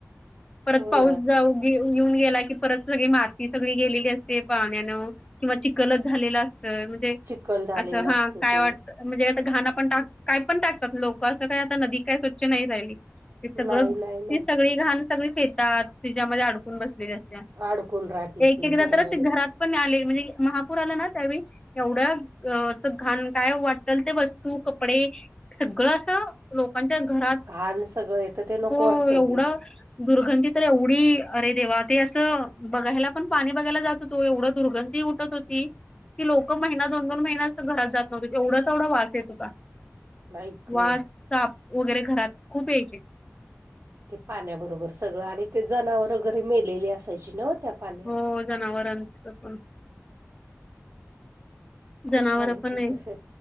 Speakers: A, on the left; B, on the right.
A: परत
B: हो
A: पाऊस
B: ना
A: जाऊ येऊन गेला की परत सग माती सगळी गेलेली असते पाण्यान किंवा चल झा असत म्हणजे
B: चिखल झालेला
A: अस
B: असतो
A: हा काय
B: ते
A: वाट म्हणजे घाण पणा काय पण टाकतात लोक असं काही आता नदी काय स्वच्छ नाही राहिली ते सगळं
B: नाही नाही नाही.
A: ती सगळी घाण सगळी फेतात तिच्यामध्ये अडकून बसलेली असते
B: अडकून राहते
A: एक
B: ती
A: एकदा
B: बरोबर
A: तर घरात
B: आहे.
A: पण आ म्हणजे महापुरला ना त्या एवढं अस घाण काय वाट ते ब वस्तू कपडे सगळं अस लोकांच्या घरात
B: घाण सगळं येतं ते नको
A: हो
B: वाटतं
A: एवढं
B: ते
A: दुर्गंधी तर एवढी अरे देवा ते असं बघायला पण पाणी बघायला जात होतो एवढं दुर्गंधी हो की लोक महिना दोन दोन महिन्या घरात जात नव्हते तेवढा तेवढा वास य
B: आई ग.
A: वास साप वगैरे घरात खूप यायचे
B: ते पाण्याबरोबर सगळं आणि ते जनावर वगैरे मेलेली असायची न त्या पाण्यात
A: हो जनावरांच पण
B: खूप
A: जनावर
B: हाल होते
A: पण आहे
B: तसे